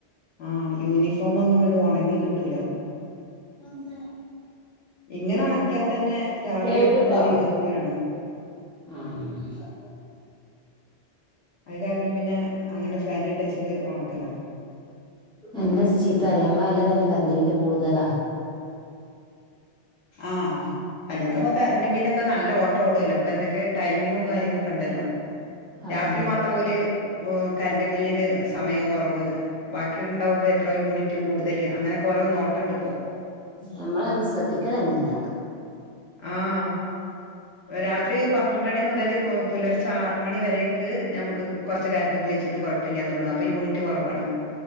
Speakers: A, on the left; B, in the centre.
A: ആഹ് യൂണിഫോമൊന്നും ഇങ്ങട്ട് ഒണങ്ങി കിട്ടൂലാ
B: അഎന്താ
A: ഇങ്ങനെ ഒണക്ക്യാതന്നെ രാവിലെ
B: കേക്ക്ട്ടോ
A: എട്ക്കുമ്പോ ഒരു ഈർപ്പനാണ്
B: <unintelligible>
A: അത് കാരണം പിന്നെ അങ്ങനെ ഫാൻ ഇട്ട് വെച്ചിട്ട് ഒണക്കലാ
B: എന്നെ ചീത്തറിം അമ്മ അല്ലാതെ തന്നെ കറന്റ്‌ ബില്ല് കൂടുതലാ
A: ആഹ് അല്ലെങ്കിപ്പൊ കറന്റ്‌ ബില്ലൊക്കെ നല്ല ഓട്ടഓടുല്ലോ ഇപ്പൊ എന്തൊക്കെ ടൈമിങ്ങും കാര്യങ്ങളൊക്കെ ഉണ്ടല്ലോ
B: അതന്നെ
A: രാത്രി മാത്ര ഓല് കറന്റ് ബില്ലിന് സമയം കൊറവ് ബാക്കിണ്ടാവുമ്പോ എത്ര യൂണിറ്റ് കൂടുതല് അങ്ങനെയൊക്കെ ഓരോ നോട്ടണ്ട്പ്പോ
B: നമ്മള് അതൊന്നും ശ്രദ്ധിക്കലന്നെല്ല
A: ആഹ് രാത്രി പന്ത്രണ്ടണി മുതല് പുലർച്ചെ ആറ് മണി വരേക്ക് ഞമ്മക്ക് കൊർച്ച് കരണ്ട് ഉപയോഗിച്ചിട്ട് കൊഴപ്പല്ല തോണ് അപ്പ യൂണിറ്റ് കുറവാണ്